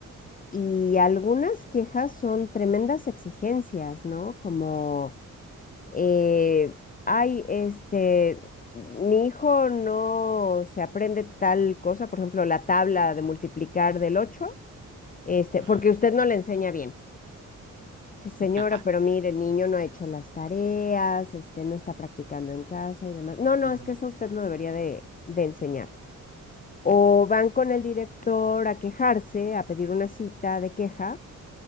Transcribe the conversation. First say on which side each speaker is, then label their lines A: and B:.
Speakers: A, on the left; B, on the right.
A: y algunas quejas son tremendas exigencias, ¿no? Como, eh, ay, este, mi hijo no se aprende tal cosa, por ejemplo, la tabla de multiplicar del ocho este,
B: ajá.
A: porque usted no le enseña bien. Sí, señora,
B: <laughs>
A: pero mire, el niño no ha hecho las tareas, este, no está practicando en casa y demás. No, no,
B: Ujú,
A: es que eso usted lo debería de, de enseñar. O van con el director a quejarse, a pedir una cita de queja